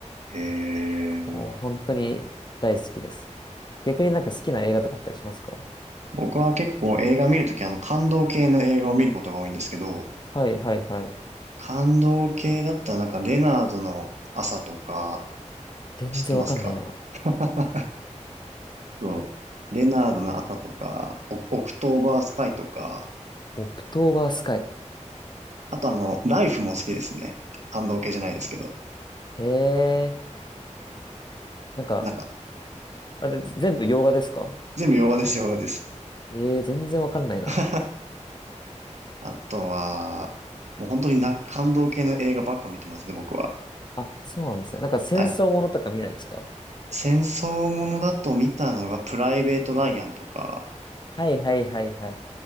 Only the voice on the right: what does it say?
へえ。
僕は結構映画見るとき、あの、感動系の映画を見ることが多いんですけど、
感動系だったらなんか、レナードの朝とか、
知ってますか <laughs> そう。レナードの朝とか、オオクトーバースカイとか、
あとあの、ライフも好きですね。感動系じゃないですけど。
なんか、
全部洋画です、洋画です。
<laughs> あとは、もう本当にな、感動系の映画ばっか見てますね、僕は。
はい。戦争ものだと見たのがプライベート・ライアンとか、